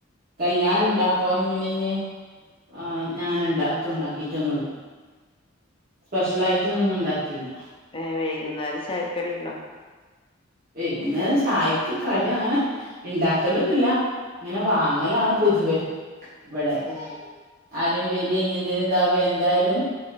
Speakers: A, on the right; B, on the left.
A: കല്യാണം ഇണ്ടാ <unintelligible> ആഹ് ഞാം അങ്ങനെ എത്തും ണ്ടാക്കിട്ടൊന്നു സ്പെഷ്യലായിട്ടൊന്നൊന്നും ഇണ്ടാക്കിയില്ല
B: ഏഹ് വൈകുന്നേരം ചായക്കടി ഇണ്ടോ?
A: വൈകുന്നേരം ചായക്ക് കടി അങ്ങനെ ഇണ്ടാക്കലോന്നുല്ല ഇങ്ങനെ വാങ്ങലാണ് പൊതുവേ ഇവടെ
B: ഏ
A: ആരേം വെരെ ഇഞ് എന്തേലും താവെ എന്തയാലും